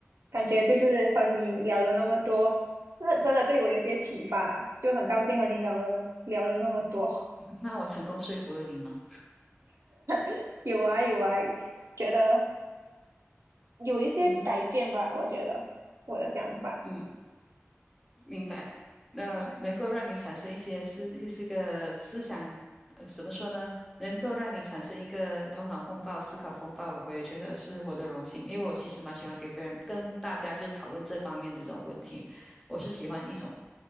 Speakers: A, on the right; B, in the centre.
A: 感觉就是和你聊了那么多，那真的对我有些启发，就很高兴和你聊了那聊了那么多，
B: <laughs> 那我成功说服了你吗？
A: <laughs> 有啊有啊，觉得有一些改变吧，
B: 嗯哼，
A: 我觉得我的想法。
B: 嗯，明白。那能够让你产生一些思，这个思想，呃，怎么说呢？能够让你产生一个头脑风暴、思考风暴，我也觉得是我的荣幸，因为我其实蛮喜欢给别人跟大家就是讨论这方面的这种问题，我是喜欢一种